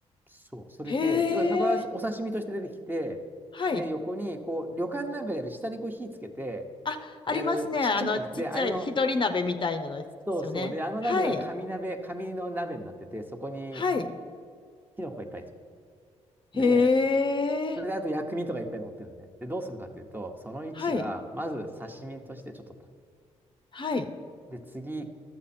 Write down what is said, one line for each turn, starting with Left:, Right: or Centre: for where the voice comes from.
Right: そう、それで、
Left: へ
Right: 要はサバ、
Left: え。
Right: お刺身として出てきて、
Left: はい。
Right: で、横に、こう、旅館なんかでやる、下にこう火つけて、
Left: あ、ありますね。
Right: やるちっちゃい鍋。
Left: あの、ちっちゃい、
Right: で、あれの、
Left: ひとり鍋みたいなのですよね。
Right: そうそう、で、あの鍋が紙鍋、
Left: はい。
Right: 紙の鍋になってて、そこに
Left: はい。
Right: キノコがいっぱい入って
Left: へえ。
Right: る。で、それであと薬味とかいっぱい乗ってるのね。で、どうするかというと、その1は、
Left: はい。
Right: まず刺身としてちょっと食
Left: はい。
Right: べる。で、次、